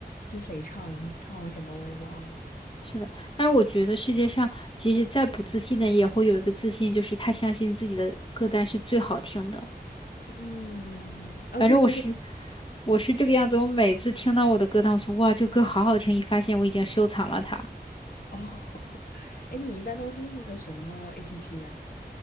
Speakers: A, on the left; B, on the left.
A: 是谁唱的，唱了什么我也忘了。
B: 是的。但是我觉得世界上，其实再不自信的人，也会有一个自信，就是他相信自己的歌单是最好听的。
A: 嗯，啊，
B: 反正我是
A: 对对对，
B: 我是这个样子。我每次听到我的歌单，我说哇，这个歌好好听，一发现我已经收藏了它。
A: 哦，<laughs> 哎，你一般都是用的什么 APP 呀？